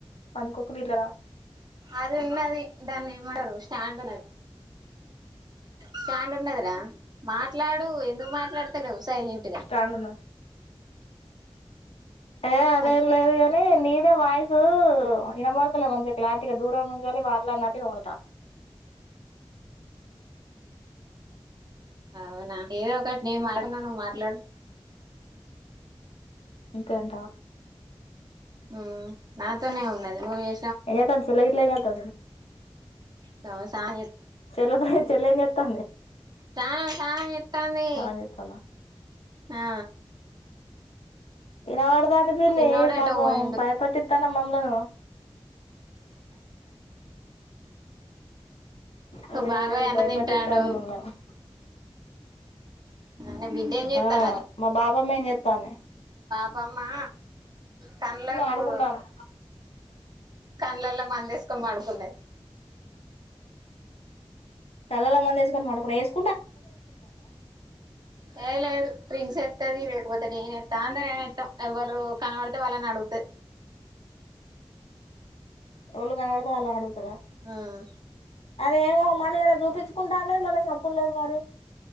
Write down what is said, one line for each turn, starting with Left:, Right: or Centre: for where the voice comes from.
Left: పంది కుక్కలి ఇట్ల రా
Right: అది ఉన్నది దాన్ని ఏమడరు స్టాండ్ ఉన్నది స్టాండ్ ఉన్నదిరా మాట్లాడు ఎందుకు మాట్లాడతలేవు సైలెంట్గా
Left: స్టాండ్ ఉన్నది ఏ అదేం
Right: ఆ
Left: లేదు గాని నీదే వాయిసూ వినపోతలేదు మంచిగా క్లారిటీగా దూరం నుంచి మాట్లానట్టు ఇనబడతంది
Right: అవునా ఏదో ఒక నేను మాట్లాన్నా నువ్వు మాట్లాడు
Left: అంతే అంటావా
Right: ఉ నాతోనె ఉన్నది నువ్ ఎ
Left: ఎతాను చెల ఇలతా
Right: స్నానం
Left: చెలద చెలత్తా
Right: తానం తానం చెత్తాంది
Left: స్నానం చేత్తాందా
Right: ఆ
Left: ఇనబడ అనిపింది
Right: చిన్నోడు
Left: పాప
Right: ఎటో పోయిండు
Left: భయపట్టితాను మమ్లలను అదే
Right: బాబాయ్ అన్నం
Left: భయపట్టితాంది
Right: తింటాండు
Left: మమల్ని
Right: నీ బిడ్డ ఏం చేత్తాంది
Left: ఆ మా బాబామే నస్తానే
Right: బమా కన్లకు
Left: ఆడుకుంటాంది
Right: కళ్డ్లల్లో మందేసుకొని అనుకున్నది
Left: తలల మంద ఎస్కొ మకు ఏసు
Right: ఏ లేదు ప్రిన్స ది వేకపోతే నేనెస్తా అందరు ఏనెత్తాం వాళు కనబడితే వాళ్ళని అడుగుతా
Left: ఎళ కావడతే అలా అడుగుతుందా
Right: ఆ
Left: అదేమో మళ్ళీ ఇలా చూపించుకుంటా అనే మనీ చెప్పలేదు మరి